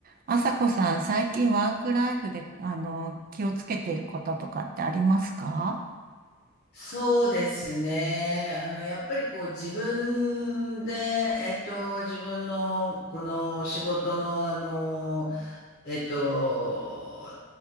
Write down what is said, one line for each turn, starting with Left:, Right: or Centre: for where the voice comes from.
Right: あさこさん、最近ワークライフで、あの、気をつけていることとかってありますか
Left: そうですね。あの、やっぱりこう自分で、えっと、自分のこの仕事の、あの、えっと、